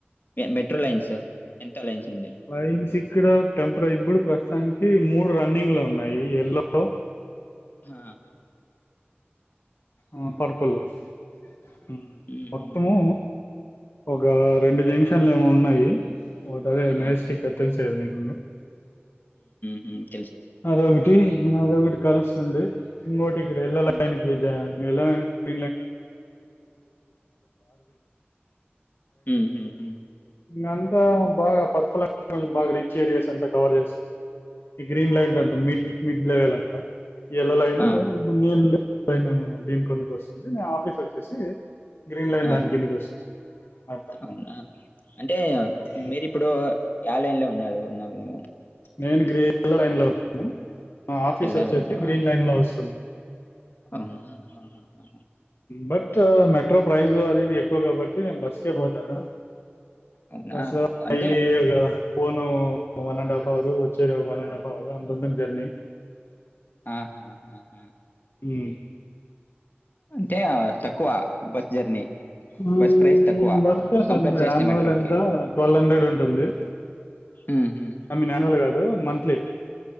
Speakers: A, on the left; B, on the left.
A: మెట్రోలైన్స్ లైన్స్ ఉంది.
B: లైన్స్ ఇక్కడ టెంపరి ఇప్పుడు ప్రస్తుతానికి మూడు రన్నింగ్ లో ఉన్నాయి ఎల్లో,
A: హ
B: ఆ పర్పులు హ్మ్
A: హుహుహు.
B: మొత్తము ఒక రెండు జంక్షన్లు ఏమో ఉన్నాయి. ఓటదే
A: ఆ!
B: మెజెస్టిక్ తెలుసు కదా నీకు
A: ఉం
B: అదొకటి ఇంకొకటి కలుస్ తుంది ఇంకోటి ఇక్కడ ఎల్లో
A: హ్మ్.
B: లైన్ కి జాయ్ ఎలాయ్న్ <unintelligible>
A: హుహుహు.
B: ఇంగంతా బాగా పర్స్ ల బాగ రీచ్చేరియాస్ అంతా కవర్ చేస్తుంది ఇది లో ఏంటంటే మిడ్ మిడ్ లవెల్ అట్లా ఎల్లో లైను <unintelligible>
A: ఆహా!
B: నేను దీని కొందుకు వస్తుంది నేను ఆఫీస్ వచ్చేసి గ్రీన్ లైన్
A: ఆ
B: దాని కిందకి వస్తుంది అట్లా
A: అవునా అంటే
B: ఉం.
A: మీరిప్పుడు యా లైన్ లో ఉన్నారు ఉన్నావు నువ్వు
B: నేను గ్రే కలర్ <unintelligible> న్లో ఉన్నాను ఆఫీస్
A: యెల్లో
B: వచ్చేసి
A: లైన్‌లోనా?
B: గ్రీన్ లైన్ లో వస్తుంది
A: అవునా? ఆహాహాహా!
B: బట్ మెట్రో ప్రైస్ అదీది ఎక్కువ కాబట్టి నే బస్ చే పోతాడా
A: అవునా?
B: <unintelligible>
A: అంటే
B: ఫోన్ వన్ అండ్ హఫ్ వారు వచ్చేదోక వన్ అండ్ హాఫ్ అవ్రు అంతుంటుంది జర్నీ
A: ఆహాహాహా!
B: మ్
A: టే తక్కువ బస్ జర్నీ.
B: <unintelligible>
A: బస్ ప్రైస్ తక్కువ
B: బస్ పాస్
A: కంపేర్
B: అంతే
A: చేస్తే
B: యాన్వల్
A: మెట్రోకి.
B: ఎంత ట్వెల్వ్ హండ్రెడ్ ఉంటుంది
A: హుహు.
B: ఆమీన్ యాన్వల్ కాదు మంత్ త్లీ